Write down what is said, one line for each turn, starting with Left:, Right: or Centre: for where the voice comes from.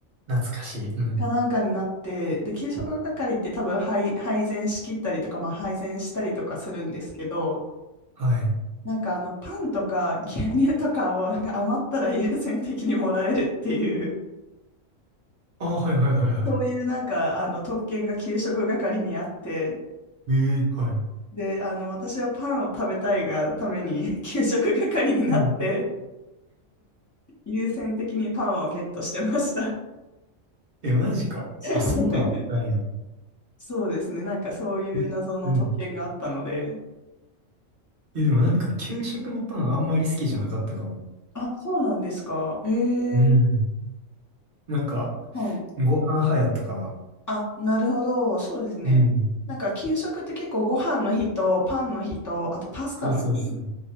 Right: 懐かしい。うん。
Left: かなんかになって、で、給食係って多分配、配膳しきったりとか、まあ、配膳したりとかするんですけど、
Right: はい。
Left: なんかあの、パンとか牛乳とかをなんか余ったら優先的にもらえるっていう、
Right: ああ、はいはいはいはい。
Left: そういうなんか、あの、特権が給食係にあって、
Right: ええ、はい。
Left: で、あの、私はパンを食べたいがために <laughs> 給食係になって、
Right: うん。
Left: 優先的にパンをゲットしてました。
Right: え、マジか。
Left: <laughs>
Right: あ、そんなんあったんや。
Left: そうですね。なんかそういう謎の特権があったので。
Right: え、うん。え、でもなんか給食のパンあんまり好きじゃなかったかも。
Left: あ、そうなんですか。え
Right: うん。
Left: え
Right: なんか、
Left: はい。
Right: ご飯派やったかな。
Left: あ、なるほど。そうですね。
Right: うん。
Left: なんか給食って結構ご飯の日とパンの日と、あとパスタの日、
Right: そうそうそう。